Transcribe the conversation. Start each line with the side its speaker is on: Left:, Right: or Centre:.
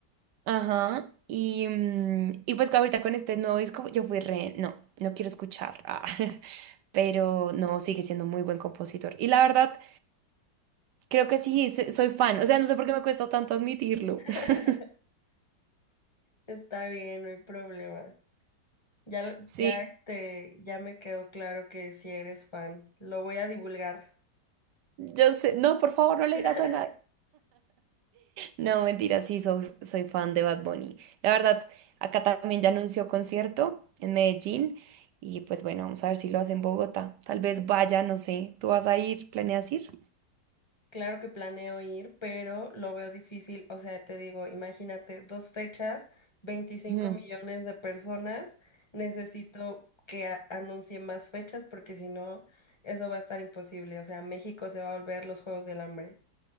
Right: Ajá. Y, mm, y pues ahorita con este nuevo disco yo fui re, no, no quiero escuchar. Ah. <laughs> pero no, sigue siendo muy buen compositor. Y la verdad, creo que sí, se- soy fan. O sea, no sé por qué me cuesta tanto admitirlo.
Left: <laughs>
Right: <laughs>
Left: Está bien, no hay problema. Ya, lo-
Right: Sí,
Left: ya, este, ya me quedó claro que si eres fan. Lo voy a divulgar.
Right: yo sé, no, por favor, no
Left: <laughs>
Right: le digas a nadie. No, mentira, sí, soy, soy fan de Bad Bunny. La verdad, acá también ya anunció concierto en Medellín y pues bueno, vamos a ver si lo hace en Bogotá. Tal vez vaya, no sé, ¿tú vas a ir? ¿Planeas ir?
Left: Claro que planeo ir, pero lo veo difícil. O sea, te digo, imagínate, dos fechas, veinticinco
Right: Ujú.
Left: millones de personas. Necesito que a- anuncie más fechas porque si no, eso va a estar imposible. O sea, México se va a volver los Juegos del Hambre.